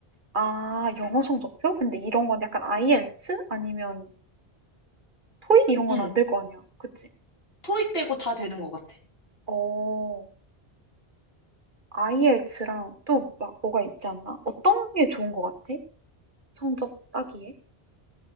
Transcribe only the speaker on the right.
아 영어 성적표? 근데 이런 건 약간 IELTS 아니면 토익 이런 건
안될 거 아니야. 그치?
어. IELTS랑 또 막 뭐가 있지 않나? 어떤 게 좋은 거 같아? 성적 따기에?